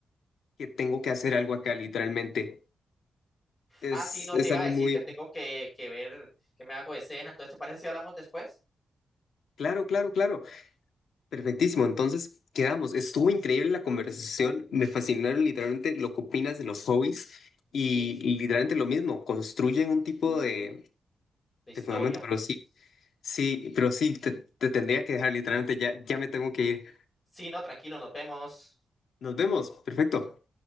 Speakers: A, on the left; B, on the left.
A: que tengo que hacer algo acá, literalmente. Es,
B: Ah, sí, no
A: es
B: te iba
A: algo
B: a decir
A: muy...
B: que tengo que, que ver, que me hago de cena. entonces, ¿te parece si hablamos después?
A: Claro, claro, claro. Perfectísimo. Entonces, quedamos. Estuvo increíble la conversación. Me fascinaron literalmente lo que opinas de los hobbies
B: Sí,
A: y
B: sí,
A: y literalmente lo mismo, construyen un tipo de
B: de historia.
A: de fundamento, pero sí, sí, pero sí, te, te tendría que dejar literalmente, ya, ya me tengo que ir.
B: Sí, no, tranquilo, nos vemos.
A: Nos vemos, perfecto.